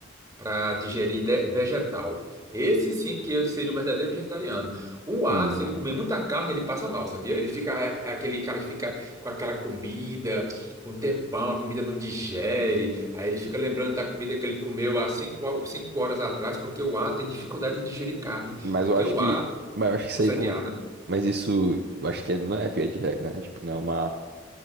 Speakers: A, on the right; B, on the right.
A: para digerir de- vegetal. Esse sim que eu seria o verdadeiro vegetariano. O A,
B: hum.
A: se ele comer muita carne, ele passa mal, sabia? Ele fica é, é aquele cara que fica com aquela comida um tempão, a comida não digere, aí ele fica lembrando da comida que ele comeu há cinco, ho- cinco horas atrás, porque o A tem dificuldade de digerir carne,
B: Mas
A: porque
B: eu acho
A: o
B: que,
A: A,
B: mas eu acho que
A: o
B: isso
A: sangue
B: aí não,
A: A, né?
B: mas isso, eu acho que não é via de regra, né? Tipo, não é uma